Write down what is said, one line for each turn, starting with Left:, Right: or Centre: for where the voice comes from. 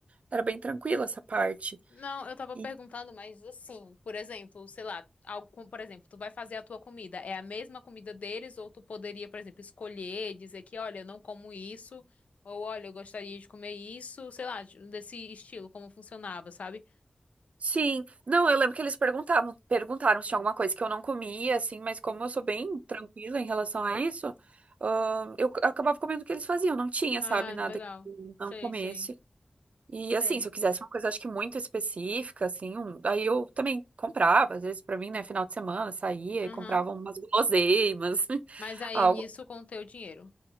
Right: era bem tranquila essa parte.
Left: Não, eu tava
Right: E-
Left: perguntando, mas assim, por exemplo, sei lá, algo, com- por exemplo, tu vai fazer a tua comida, é a mesma comida deles, ou tu poderia, por exemplo, escolher, dizer que, olha, eu não como isso, ou olha, eu gostaria de comer isso, sei lá, desse estilo, como funcionava, sabe?
Right: sim, não, eu lembro que eles perguntavam, perguntaram se tinha alguma coisa que eu não comia, assim, mas como eu sou bem tranquila em relação a isso, ahn, eu c- acabava comendo o que eles faziam, não tinha,
Left: Ah,
Right: sabe, nada
Left: legal.
Right: que eu
Left: Sei,
Right: não comesse.
Left: sei.
Right: E
Left: Sei.
Right: assim, se eu quisesse uma coisa, acho que muito específica, assim, um- aí eu também comprava, às vezes pra mim, né, final de semana, saía
Left: Aham.
Right: e comprava umas guloseimas, <laughs>
Left: Mas aí
Right: algo.
Left: nisso com o teu dinheiro.